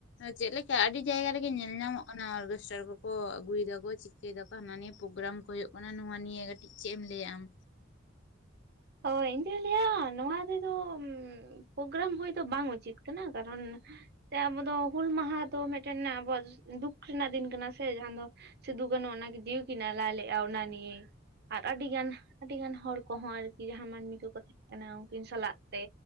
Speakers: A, on the left; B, on the right.
A: ᱪᱮᱫ ᱞᱮᱠᱟ ᱟᱹᱰᱤ ᱡᱟᱭᱜᱟ ᱨᱮᱜᱮ ᱧᱮᱞ ᱧᱟᱢᱚᱜ ᱚᱱᱟ ᱚᱨᱜᱮᱥᱴᱟᱨ ᱠᱚᱠᱚ ᱟᱹᱜᱩᱭᱮᱫᱟ ᱠᱚ ᱪᱤᱠᱟᱹᱭᱮᱫᱟ ᱠᱚ ᱦᱟᱱᱟ ᱱᱤᱭᱟᱹ ᱯᱨᱚᱜᱨᱟᱢ ᱠᱚ ᱦᱩᱭᱩᱜ ᱠᱟᱱᱟ ᱱᱚᱣᱟ ᱱᱤᱭᱟᱹ ᱠᱟᱹ ᱪᱮᱫ ᱮᱢ ᱞᱟᱹᱭᱟ ᱟᱢ?
B: ᱦᱚᱭ ᱤᱧᱫᱩᱧ ᱞᱟᱹᱭᱟ᱾ ᱱᱚᱣᱟ ᱨᱮᱫᱚ ᱯᱨᱳᱜᱨᱟᱢ ᱦᱚᱭ ᱫᱚ ᱵᱟᱝ ᱩᱪᱤᱛ ᱠᱟᱱᱟ᱾ ᱠᱟᱨᱚᱱ ᱛᱮ ᱟᱵᱚ ᱫᱚ ᱦᱩᱞ ᱢᱟᱦᱟ ᱫᱚ ᱢᱤᱫᱴᱟᱝ ᱟᱵᱚ ᱫᱩᱠ ᱨᱮᱱᱟᱜ ᱫᱤᱱ ᱠᱟᱱᱟ ᱥᱮ᱾ ᱡᱟᱦᱟᱸ ᱫᱚ ᱥᱤᱫᱩ ᱠᱟᱱᱩ ᱚᱱᱟ ᱜᱮ ᱡᱤᱭᱤ ᱠᱤᱱ ᱟᱞᱟᱭ ᱞᱮᱫᱼᱟ ᱚᱱᱟ ᱱᱤᱭᱮ᱾ ᱟᱨ ᱟᱰᱤ ᱜᱟᱱ ᱟᱹᱰᱤ ᱜᱟᱱ ᱦᱚᱲ ᱠᱚᱦᱚᱸ ᱟᱨ ᱡᱟᱦᱟᱸ ᱢᱟᱹᱱᱢᱤ ᱠᱚᱠᱚ ᱛᱟᱦᱮᱸ ᱠᱟᱱᱟ ᱩᱱᱠᱤᱱ ᱥᱟᱞᱟᱜ ᱛᱮ